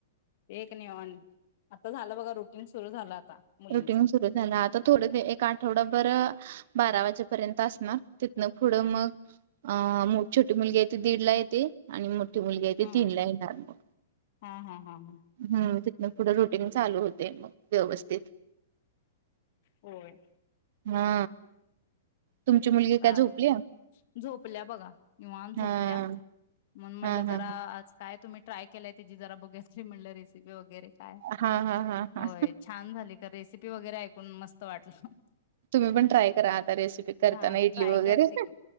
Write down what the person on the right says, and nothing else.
रुटीन सुरू झाला आता थोडे एक आठवडाभर बारा वाजेपर्यंत असणार तिथनं पुढं मग अ मोठी छोटी मुलगी येते दीड ला येते आणि मोठी मुलगी
आहे त तीनला येणार मग
हम तिथ थोडं रुटीन चालू होते मग व्यवस्थित.
हा तुमची मुलगी
काय झोपली
हा
हा
हा
हा हा हा हा
तुम्ही पण ट्राय करा आता रेसिपी करताना
इडली
वगैरे